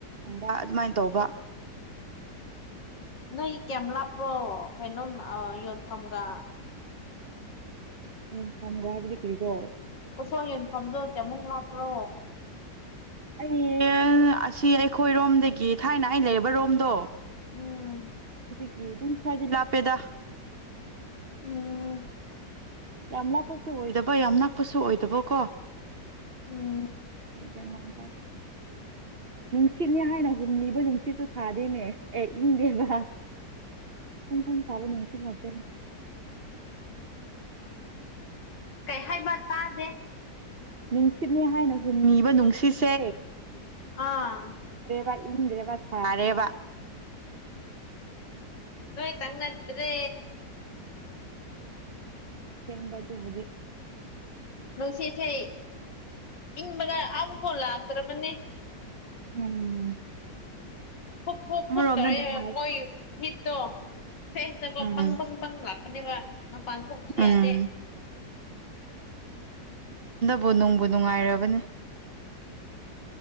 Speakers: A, on the right (about 40°); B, on the left (about 80°).
A: ꯕ ꯑꯗꯨꯃꯥꯏꯅ ꯇꯧꯕ
B: ꯅꯣꯏ ꯀꯦꯂꯥ ꯄ꯭ꯔꯣ ꯀꯩꯅꯣꯝ ꯌꯣꯟꯐꯝꯒ
A: ꯎ ꯐꯝꯒ꯭ꯔꯦ ꯍꯥꯏꯕꯗꯤ ꯀꯔꯤꯔꯣ
B: ꯎꯁꯣ ꯌꯟꯐꯝꯝꯗꯣ ꯀꯌꯥꯃꯨꯛ ꯂꯥꯛꯞꯄ꯭ꯔꯣ
A: ꯑꯩ ꯑꯁꯤ ꯑꯩꯈꯣꯏ ꯔꯣꯝꯗꯒꯤ ꯊꯥꯏꯅ ꯑꯩꯅ ꯂꯩ ꯔꯣꯝꯗꯣ
B: ꯎꯝ
A: ꯑꯗꯨꯗꯒꯤ ꯑꯗꯨꯝ ꯈꯔꯗꯤ ꯂꯥꯞꯄꯦꯗ
B: ꯎꯝ
A: ꯌꯥꯝ ꯂꯥꯞꯄꯁꯨ ꯑꯣꯏꯗꯕ ꯌꯥꯝ ꯅꯛꯄꯁꯨ ꯑꯣꯏꯗꯕꯀꯣ
B: ꯎꯝ
A: ꯌꯥꯝꯃꯥꯟ ꯇꯔꯦ ꯅꯨꯡꯁꯤꯠꯅꯦ ꯍꯥꯏꯅꯒꯨꯝꯂꯤꯕ ꯅꯨꯡꯁꯤꯠꯇꯨ ꯁꯥꯗꯦꯃꯦ ꯑꯦ ꯏꯪꯗꯦꯕ ꯐꯣꯡ ꯐꯣꯡ ꯁꯥꯕꯅꯅꯨꯡꯁꯤꯠ ꯉꯛꯇꯅꯤ
B: ꯀꯩ ꯍꯥꯏꯕ ꯇꯥꯗꯦ
A: ꯅꯨꯡꯁꯤꯠꯅꯦ ꯍꯥꯏꯅ ꯍꯣꯡꯉꯤꯕ ꯅꯨꯡꯁꯤꯠꯁꯦ
B: ꯑꯥ
A: ꯕ ꯏꯟꯗ꯭ꯔꯦꯕ ꯁꯥꯔꯦꯕ
B: ꯅꯣꯏꯣꯏ ꯇꯪꯅꯇ꯭ꯔꯦ
A: ꯊꯢꯕ ꯇꯕꯨꯗꯤꯦ
B: ꯅꯨꯡ ꯁꯤꯁꯦ ꯏꯪꯕꯒ ꯑꯝꯐꯧ ꯂꯛꯇꯔꯕꯅꯦ
A: ꯎꯝ
B: ꯐꯨꯛ ꯐꯨꯛ
A: ꯑꯃꯔꯣꯝꯗ
B: ꯐꯨꯛ ꯇꯧꯋꯦ
A: ꯅꯨꯡꯉꯥꯏ
B: ꯃꯣꯏꯒꯤ ꯍꯤꯠꯇꯣ ꯐꯦꯁꯇꯀꯣ
A: ꯎꯝ
B: ꯕꯪ ꯕꯪ ꯕꯪ ꯂꯥꯛꯀꯅꯦꯕ ꯃꯄꯥꯟ ꯊꯣꯛꯄꯁꯨ
A: ꯎꯝ
B: ꯌꯥꯗꯦ
A: ꯕꯨ ꯅꯨꯡꯕꯨ ꯅꯨꯡꯉꯥꯏꯔꯕꯅꯦ